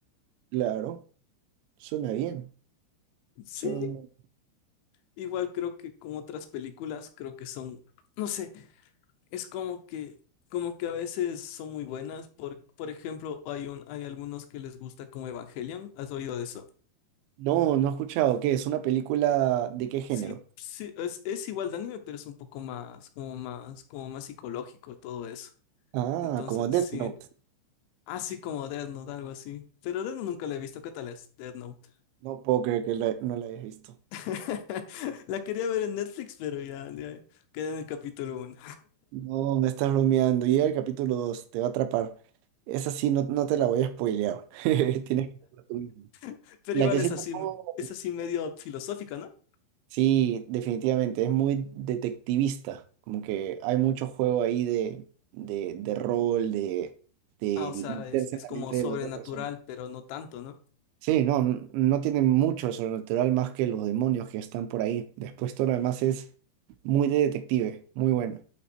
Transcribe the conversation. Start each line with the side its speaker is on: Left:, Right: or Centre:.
Right: Claro, suena bien.
Left: Sí,
Right: suena muy-
Left: igual creo que como otras películas, creo que son, no sé, Es como que, como que a veces son muy buenas. Por, por ejemplo, hay un, hay algunos que les gusta como Evangelion. ¿Has oído de eso?
Right: No, no he escuchado. ¿Qué? ¿Es una película de qué género?
Left: Sí, sí, es, es igual de anime, pero es un poco más, como más, como más psicológico todo eso.
Right: Ah,
Left: Entonces,
Right: como Death
Left: sí.
Right: Note.
Left: Así como Death Note, algo así. Pero Death Note nunca la he visto. ¿Qué tal es Death Note?
Right: No puedo creer que la- no la hayas visto.
Left: <laughs> La quería ver en Netflix, pero ya, ya quedé en el capítulo uno
Right: No, me estás bromeando. Llega el capítulo 2 te va a atrapar. Esa sí, no, no te la voy a spoilear. <laughs> Tienes que verla tú mismo.
Left: <laughs> Pero
Right: La
Left: igual
Right: que
Left: es
Right: sí
Left: así,
Right: te puedo...
Left: es así medio filosófica, ¿no?
Right: Sí, definitivamente. Es muy detectivista. Como que hay mucho juego ahí de, de, de rol, de, de
Left: Ah, o sea,
Right: meterse
Left: es, es
Right: en la
Left: como
Right: mente
Left: sobrenatural,
Right: de la otra persona.
Left: pero no tanto, ¿no?
Right: Sí, no, n- no tiene mucho de sobrenatural más que los demonios que están por ahí. Después todo lo demás es muy de detective, muy bueno.